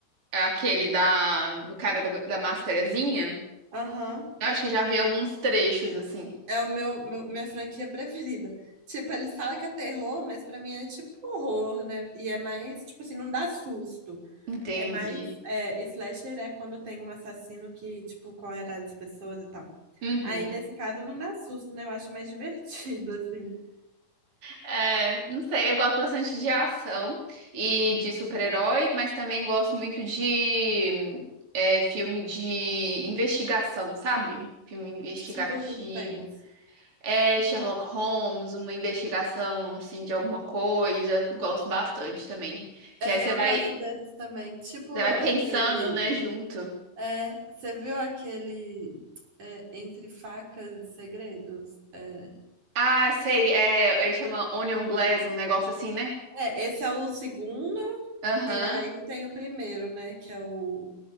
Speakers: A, on the right (about 35°); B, on the right (about 55°).
A: aquele da, do cara da, da máscarazinha.
B: Aham.
A: Eu acho que já vi alguns trechos assim.
B: É o meu, meu- minha franquia preferida. Tipo, eles falam que é terror, mas pra mim é tipo horror, né? E é mais, tipo assim, não dá susto.
A: Entendi.
B: É mais, é, slasher é quando tem um assassino que, tipo, corre atrás das pessoas e tal.
A: Uhum.
B: Aí, nesse caso, não dá susto, né? Eu acho mais <laughs> divertido, assim.
A: É, não sei, eu gosto bastante de ação e de super-herói, mas também gosto muito de é, filme de investigação, sabe? Filme investigativo.
B: Tipo, suspense.
A: É Sherlock Holmes, uma investigação assim de alguma coisa, gosto bastante também. Que
B: É,
A: aí você
B: eu
A: vai,
B: gosto desses também. Tipo,
A: você vai pensando,
B: aquele...
A: né, junto.
B: É, você viu aquele... é, Entre Facas e Segredos? É,
A: Ah, sei, é, ele chama Onion Glass, um negócio assim, né?
B: é, esse é o segundo.
A: Aham.
B: E aí tem o primeiro, né? Que é o